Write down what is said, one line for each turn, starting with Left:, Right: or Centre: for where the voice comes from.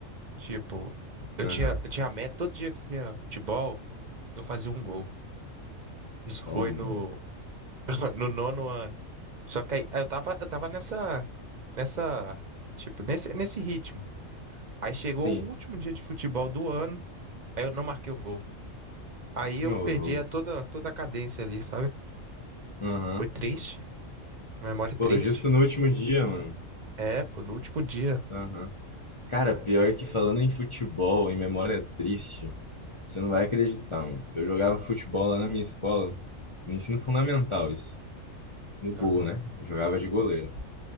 Right: Tipo, eu
Left: Aham.
Right: tinha, eu tinha a meta, todo dia que tinha futebol, eu fazia um gol. Isso
Left: Toma.
Right: foi no, <laughs> no nono ano. Só que aí eu tava, eu tava nessa, nessa, tipo, nesse, nesse ritmo. Aí chegou
Left: Sim.
Right: o último dia de futebol do ano, aí eu não marquei o gol. Aí eu
Left: Ô,
Right: perdi
Left: louco.
Right: a toda, toda a cadência ali, sabe?
Left: Aham.
Right: Foi triste, memória triste.
Left: Pô, justo no último dia, mano.
Right: É, pô, no último dia.
Left: Aham. Cara, pior que falando em futebol, em memória triste, você não vai acreditar, mano. Eu jogava futebol lá na minha escola, no ensino fundamental, isso. No gol,
Right: Aham,
Left: né? Eu jogava de goleiro.